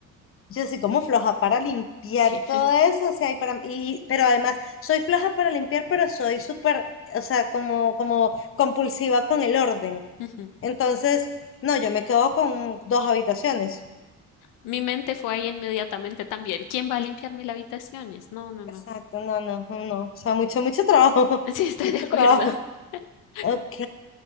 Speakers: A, on the left; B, on the left.
A: yo soy como floja para limpiar
B: Sí.
A: y todo eso, o sea, y para, y, pero además, soy floja para limpiar, pero soy súper, o sea, como, como compulsiva con el orden.
B: <laughs> Ujú.
A: Entonces, no, yo me quedo con dos habitaciones.
B: Mi mente fue ahí inmediatamente también. ¿Quién va a limpiar mil habitaciones? No, no, no.
A: Exacto, no, no, no. O sea, mucho, mucho trabajo. <laughs>
B: <laughs> Sí, estoy
A: Mucho
B: de acuerdo.
A: trabajo.
B: <laughs>
A: Ok.